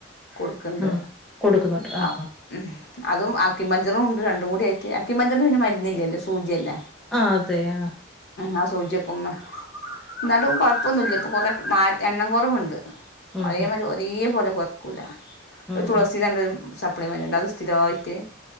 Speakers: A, on the left (about 55°); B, in the centre.
A: കൊടുക്ക്‌ണ്ട്
B: ഉം കൊടുക്കുന്നുണ്ട്
A: ആ
B: ആഹ് ആഹ്
A: ഉം അതും അക്കിമഞ്ചറും ഉണ്ട് രണ്ടും കൂടി ആയിട്ട് അക്കിമഞ്ച ന് പിന്നെ മരുന്നില്ലല്ലോ സൂചിയല്ലേ
B: ആ തെ ആ
A: ആ സൂചിക്കുമ എന്നാലും കുഴപ്പൊ ന്നുല്ല ഇപ്പ കുറേക്കെ എണ്ണം കുറവുണ്ട്
B: ഉം
A: പയേമാരി ഒരേ പോലെക്കും പോർക്കൂല
B: ഉം
A: ഒരു തുളസിന്റെ
B: ഉം
A: ണ്ട് സപ്ലൈമെന്റ് അത് സ്ഥിരാ യിട്ട്